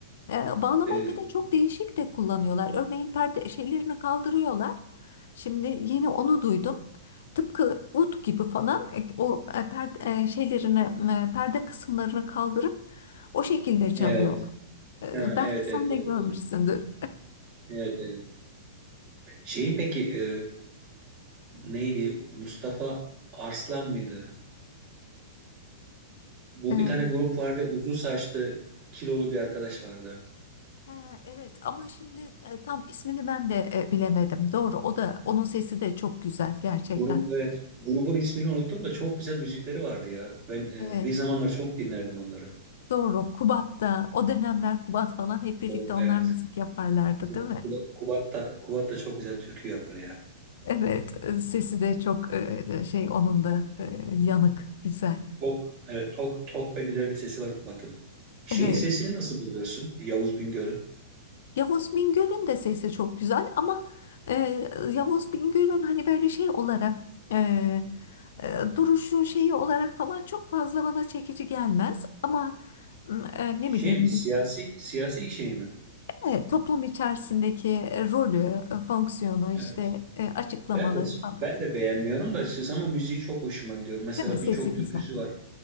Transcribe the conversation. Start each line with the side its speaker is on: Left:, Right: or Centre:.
Left: e, bağlamayı
Right: Ee,
Left: bir de çok değişik de kullanıyorlar. Örneğin perde şeylerini kaldırıyorlar. Şimdi yeni onu duydum. Tıpkı ud gibi falan e, o e, perde e, şeylerini e, perde kısımlarını kaldırıp o şekilde
Right: evet.
Left: çalıyorlar. E,
Right: Ha,
Left: Belki
Right: evet evet
Left: sen
Right: doğru
Left: de görmüşsündür.
Right: doğru. Evet evet. Şeyin peki e, neydi? Mustafa Arslan mıydı? Bu
Left: <laughs>
Right: bir tane grup vardı. Uzun saçlı kilolu bir arkadaş vardı.
Left: Ha, evet ama şimdi e, tam ismini ben de e, bilemedim. Doğru o da onun sesi de çok güzel gerçekten.
Right: Grup evet. Grubun ismini unuttum da çok güzel müzikleri vardı ya. Ben e,
Left: Evet,
Right: bir zamanlar çok dinlerdim onları.
Left: doğru Kubat'ta o dönemler Kubat falan hep birlikte
Right: O,
Left: onlar
Right: evet.
Left: müzik yaparlardı
Right: Kuba,
Left: değil mi?
Right: Kuba, Kubat da, Kubat da çok güzel türkü yapar ya.
Left: Evet e, sesi de çok e, e, şey onun da e, yanık güzel.
Right: Tok, evet, tok, tok ve güzel bir sesi var Kubat'ın. Şeyin
Left: Evet
Right: sesini nasıl buluyorsun? Yavuz Bingöl'ün.
Left: Yavuz Bingöl'ün de sesi çok güzel ama e, Yavuz Bingöl'ün hani böyle şey olarak e, e, duruşu şeyi olarak falan çok fazla bana çekici gelmez ama m, e,
Right: Şey
Left: ne bileyim
Right: mi? Siyasi siyasi şey mi?
Left: e, toplum içerisindeki e, rolü, e, fonksiyonu işte
Right: Evet.
Left: e, açıklamaları
Right: Ben de
Left: falan.
Right: ben de beğenmiyorum da açıkçası ama müziği çok hoşuma gidiyor. Mesela
Left: Değil mi? Sesi
Right: birçok türküsü
Left: güzel.
Right: var.